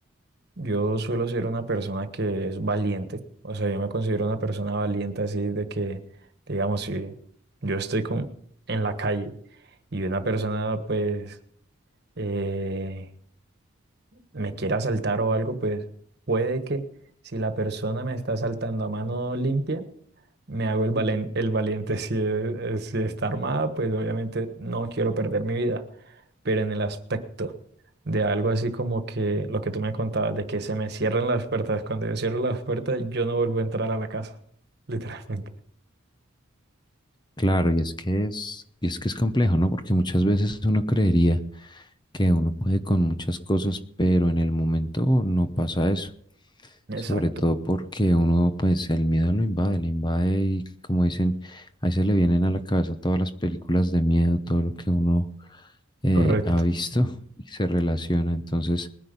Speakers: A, on the right; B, on the left.
A: yo suelo ser una persona que es valiente, o sea, yo me considero una persona valiente así de que, digamos, si yo estoy con, en la calle y una persona pues eh, me quiere asaltar o algo, pues puede que si la persona me está asaltando a mano limpia, me hago el valen- el valiente, <laughs> si, es- es- si está armada, pues obviamente no quiero perder mi vida. pero en el aspecto de algo así como que lo que tú me contabas, de que se me cierran las puertas. Cuando yo cierro las puertas, yo no vuelvo a entrar a la casa, <laughs> literalmente.
B: Claro, y es que es, y es que es complejo, ¿no? Porque muchas veces uno creería que uno puede con muchas cosas, pero en el momento no pasa eso. Sobre
A: Exacto.
B: todo porque uno, pues, el miedo lo invade, le invade y como dicen, ahí se le vienen a la cabeza todas las películas de miedo, todo lo que uno eh,
A: Correcto,
B: ha visto y se relaciona. Entonces,